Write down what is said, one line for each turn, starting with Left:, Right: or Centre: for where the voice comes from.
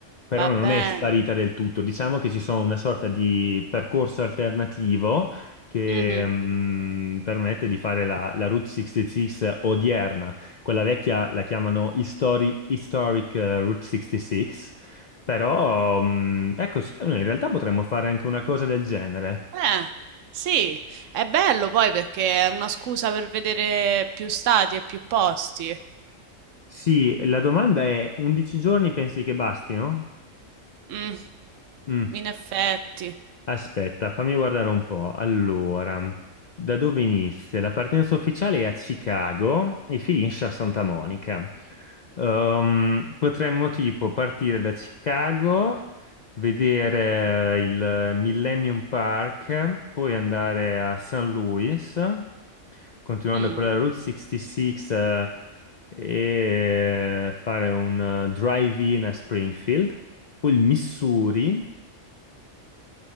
Left: però
Right: va
Left: non
Right: bene.
Left: è sparita del tutto. Diciamo che ci sono una sorta di percorso alternativo che
Right: Mh-mh.
Left: mm, permette di fare la, la Route 66 odierna. Quella vecchia la chiamano Histori- Historic eh, Route 66, però mm, ecco sì, noi in realtà potremmo fare anche una cosa del genere.
Right: Eh, sì, è bello poi perché è una scusa per vedere più stati e più posti.
Left: Sì, la domanda è 11 giorni pensi che bastino?
Right: Mm,
Left: Mm.
Right: in effetti.
Left: Aspetta, fammi guardare un po'. Allora, da dove inizia? La partenza ufficiale è a Chicago e finisce a Santa Monica. Ehm, potremmo tipo partire da Chicago, vedere il Millennium Park, poi andare a St. Louis, continuando
Right: Mm,
Left: per la Route 66 eh, e fare un eh, drive-in a Springfield, poi il Missouri.